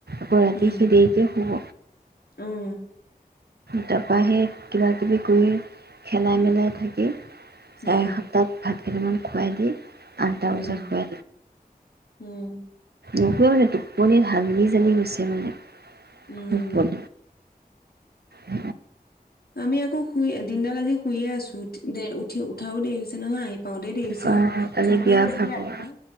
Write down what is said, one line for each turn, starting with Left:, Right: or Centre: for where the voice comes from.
Right: আকৌ ৰাতি
Left: উম
Right: সি দেকে শুব
Left: উম
Right: তাৰপ সি কিবাাকিবি কৰি খেলাই মেলাই থাকি চাৰে
Left: উম
Right: সপ্তাত ভাত সদমান খুৱাই দি আন্ত
Left: উম।
Right: চৰত খ
Left: উম
Right: নক মানে তোক মনেনি ালনি জানি গৈছে মানে
Left: উম।
Right: খব বন উ
Left: আমি আকৌ শুই দিনডাল আজি শুইয়ে আছো দে উঠি উঠাও দেৰি হৈছে নহয় আহি পাওঁতেই দেৰি হৈছে
Right: কালি
Left: আৰু ছটাই
Right: বিয়া
Left: বাজিলে
Right: ভাগৰ
Left: ৰাতিপুৱা